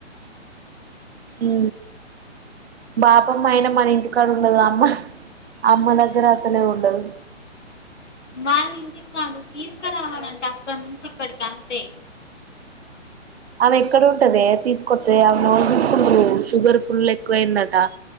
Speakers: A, on the right; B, on the left.
A: ఉ బాపమ్మయిన మన ఇంటికాడ ఉండదగా అమ్మ అమ్మ దగ్గర అసలే ఉండదు
B: వాళ్ళంటికి కాదు తీసుకురావాలంటే అక్కడ నుంచి ఇక్కడికి అంతే
A: ఆమె ఎక్కడ ఉంటదే తీసుకొస్తే అవినీ ఎవర్ చూసకుంటూరు షుగర్ ఫుల్ ఎక్కువయిందట